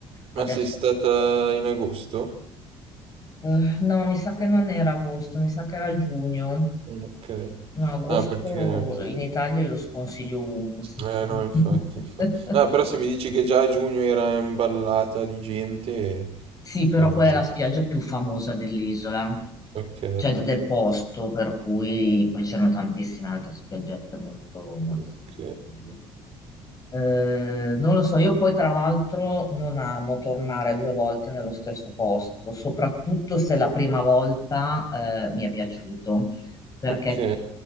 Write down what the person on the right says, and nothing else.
Ma sei stata in agosto?
Mm. Ok.
No, perché...
Eh no, infatti, infatti.
No, però se mi <laughs> dici che già a giugno era imballata di gente...
cioè, vuol
dire-
ok,
ok.
Ok,